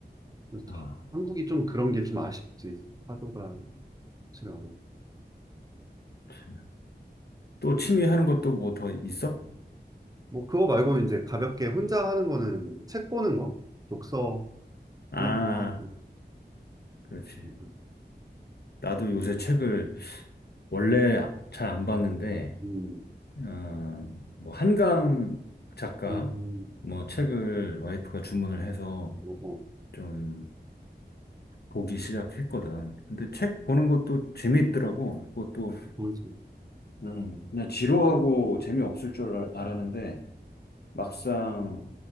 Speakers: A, on the right (about 20°); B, on the left (about 65°).
A: 그래서
B: 아,
A: 하- 한국이 좀 그런 게 좀 아쉽지. 파도가 좋지가 않아.
B: 참. 또 취미 하는 것도 뭐 더 있어?
A: 뭐, 그거 말고는 이제 가볍게 혼자 하는 거는 책 보는 거? 독서를
B: 아,
A: 보고 하
B: 그렇지.
A: 음,
B: 나도 요새 책을 원래 잘 안 봤는데.
A: 음,
B: 어, 뭐 한강 작가
A: 음, 음.
B: 뭐 책을 와이프가 주문을 해서
A: 어, 어,
B: 좀 보기 시작했거든. 근데 책 보는 것도 재미있더라고. 그것도
A: 그지
B: 음, 그냥 지루하고 재미없을 줄 알- 알았는데 막상